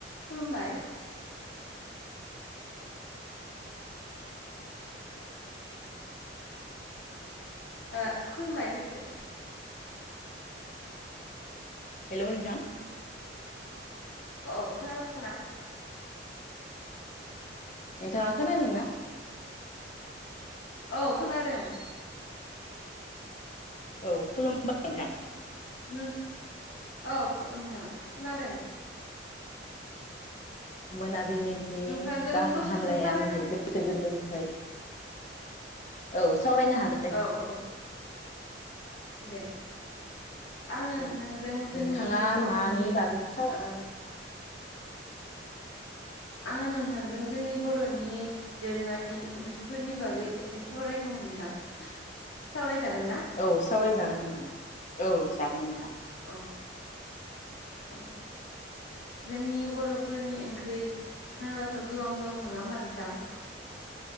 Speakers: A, on the left; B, on the left.
A: खुलुमबाय ओ खुलुमबायलै <unintelligible>
B: हेल' नोंथां
A: औ औ खोनाादोंना
B: नोंथाङा खोनादों ना?
A: औ खोनादों।
B: औ खुलुमबा नोंथां।
A: नों औ खो- नोंथां खोनादों।
B: मोनाबिलिनि
A: नोंथांजों
B: गाहाम
A: दसे
B: हामलायनाय
A: सम सावरायनो
B: आंनिफ्राय गोस गोरबोनिफ्राय औ सावरायनो हागोन
A: औ औ दे आङो
B: नोंथां
A: नोंथांजों जोंनि
B: नोंथाङा
A: बर'नि
B: मानि बागै साव
A: ओ आङो नोथांजों जोंनि बर'नि दोरोङारि ओंख्रिफोरनि बागै एसे सावरायगौमोन नोंथां सावरायजागोन ना?
B: औ सावरायजागोन नोंथां औ जागोन नोंथां
A: औ <inaudible> जोंनि बर'फोरनि ओंख्रि होनोबाथ' गोबां दं नङा होमबा नोंथां?